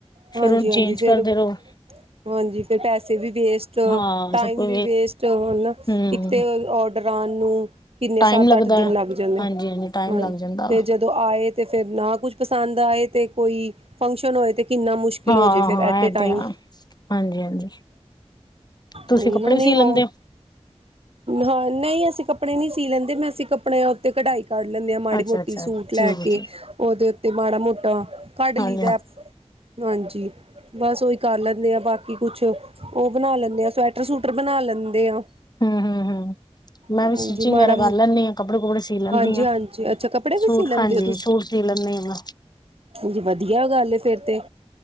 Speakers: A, on the right; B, on the left.
A: ਹਾਂਜੀ-ਹਾਂਜੀ
B: ਫਿਰ ਉਹਨੂੰ ਚੇਂਜ
A: ਫੇਰ
B: ਕਰਦੇ ਰਹੋ
A: ਹਾਂਜੀ ਫੇਰ ਪੈਸੇ ਵੀ ਵੇਸਟ,
B: ਹਾਂ
A: ਟਾਈਮ
B: ਸਭ ਕੁਝ
A: ਵੀ ਵੇਸਟ, ਹਨਾ
B: ਹੂੰ
A: ਇਕ ਤੇ, ਔਡਰਾਂ ਨੂੰ ਕਿੰਨੇ
B: ਟਾਈਮ
A: ਸੱਤ
B: ਲੱਗਦਾ
A: ਅੱਠ ਦਿਨ ਲੱਗ ਜਾਂਦੇ
B: ਹਾਂਜੀ
A: ਐ,
B: ਟਾਈਮ
A: ਹਾਂਜੀ
B: ਲੱਗ ਜਾਂਦਾ
A: ਫੇਰ
B: ਵਾ
A: ਜਦੋਂ ਤੋਂ ਆਏ ਤੇ ਫੇਰ ਨਾ ਕੁਛ ਪਸੰਦ ਆਏ ਤੇ, ਕੋਈ ਫੰਕਸ਼ਨ ਹੋਏ ਤੇ ਕਿੰਨਾ ਮੁਸ਼ਕਿਲ
B: ਹਾਂ-ਹਾਂ
A: ਹੋ ਜੇ ਫਿਰ ਐਟ
B: ਐੲ
A: ਏ
B: ਤੇ
A: ਟਾਈਮ
B: ਆ, ਹਾਂਜੀ-ਹਾਂਜੀ ਤੁਸੀਂ
A: ਉਹੀ
B: ਕੱਪੜੇ
A: ਨਾ ਨਹੀਂ
B: ਵੀ ਸੀ ਲੈਂਦੇ
A: ਉਹ
B: ਓ
A: ਹਾਂ ਨਈ ਅਸੀਂ ਕੱਪੜੇ ਨਈ ਸੀ ਲੈਂਦੇ, ਮੈਂ ਅਸੀਂ ਕੱਪੜਿਆਂ ਉੱਤੇ ਕਢਾਈ ਕੱਢ ਲੈਂਦੇ ਆ ਮਾੜੀ
B: ਅੱਛਾ-ਅੱਛਾ
A: ਮੋਟੀ ਸੂਟ
B: ਠੀਕ
A: ਲੈ ਕੇ,
B: ਹੈ ਠੀਕ।
A: ਉਹਦੇ ਉੱਤੇ ਮਾੜਾ ਮੋਟਾ ਕੱਢ ਲਈ
B: ਹਾਂਜੀ
A: ਦਾ ਅ ਹਾਂਜੀ, ਬਸ ਓਹੀ ਕਰ ਲੈਂਦੇ ਆ, ਬਾਕੀ ਕੀ ਕੁਛ, ਉਹ ਬਣਾ ਲੈਂਦੇ ਆ ਸਵੈਟਰ, ਸੂਟਰ ਬਣਾ ਲੈਂਦੇ ਆ
B: ਹੂੰ-ਹੂੰ-ਹੂੰ-ਹੂੰ ਮੈਂ
A: ਹਾਂਜੀ
B: ਵੀ ਸਟਿਚਿੰਗ
A: ਮਾੜਾ
B: ਵਗੈਰਾ
A: ਮੋ
B: ਕਰ ਲੈਂਦੀ ਆ, ਕੱਪੜੇ, ਕੁਪੜੇ ਸੀ ਲੈਂਦੀ
A: ਹਾਂਜੀ
B: ਆ,
A: ਹਾਂਜੀ ਅੱਛਾ ਕੱਪੜੇ ਵੀ
B: ਸੂਟ
A: ਸੀ ਲੈਂਦੇ
B: ਹਾਂਜੀ ਸੂਟ ਸੀਅ ਲੰਨੇ ਆ
A: ਉਂਜ ਵਦੀਆ ਗੱਲ ਏ ਫੇਰ ਤੇ।